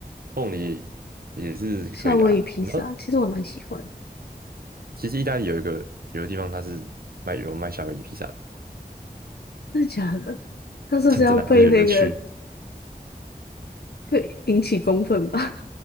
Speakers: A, on the right; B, on the left.
A: 凤梨也是可以啊。
B: 夏威夷披萨，
A: 你知道
B: 其实我蛮喜欢的。
A: 其实意大利有一个有个地方，它是卖有卖夏威夷披萨的，
B: 真的假的？他这是要被那个
A: 真真的啊就是有一个区，
B: 会引起公愤吧？